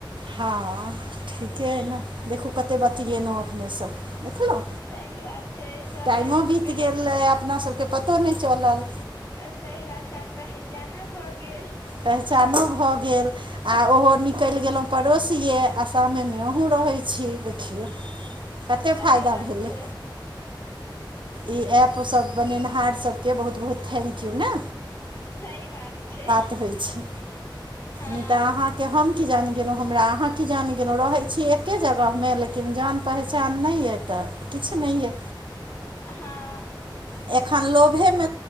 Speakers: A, on the right; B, on the left.
A: हँऽ ठीके अय न, देखू कते बतिएनउ अपने सब। देखलौं,
B: सही बात छै एहिसँ अपना
A: टाइमो
B: आरके
A: बीत
B: पहच
A: गैलै अपना सबके पतो नैय चलल।
B: सही बात छै, आब पहचानो भऽ गेल।
A: पहचानो भऽ गेल आ ओहो नीक निकल गेलौ पड़ोसिये आसामे मे अहू रहय छी। देखियौ कतय
B: सही
A: फायदा
B: बात
A: भेलै।
B: छै
A: ई ऐप सब बनैनहार सबके बहुत-बहुत थैंक यू नै।
B: सही बात छै।
A: त होय छै
B: हँ
A: नै तै अहां के हम कीजन गेलौ, हमरा अहां कीजन गेलौ रहय छी एके जगह मे लेकिन जान पहचान नै यै तऽ किछ नै यै।
B: हां।
A: ऐखन लोभे मे